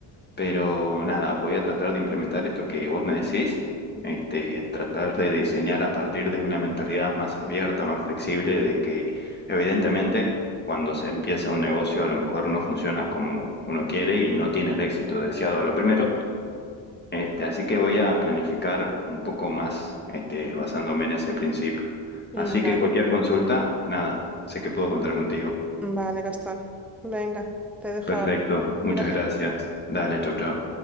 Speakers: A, on the left (about 20°); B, in the centre.
A: Pero nada, voy a tratar de implementar esto que vos me decís,
B: Ujú.
A: este, tratar de diseñar a partir de una mentalidad más abierta, más flexible, de que evidentemente cuando se empieza un negocio a lo mejor no funciona como uno quiere y no tiene el éxito deseado a lo primero. Este, así que voy a planificar un poco más, este, basándome en ese principio.
B: Mm,
A: Así
B: Vale,
A: que cualquier consulta, nada, sé que puedo contar contigo.
B: vale, Gastón. Venga, te dejo
A: Perfecto,
B: ahora.
A: muchas
B: Cuídate.
A: gracias.
B: Chao.
A: Dale, chau, chau.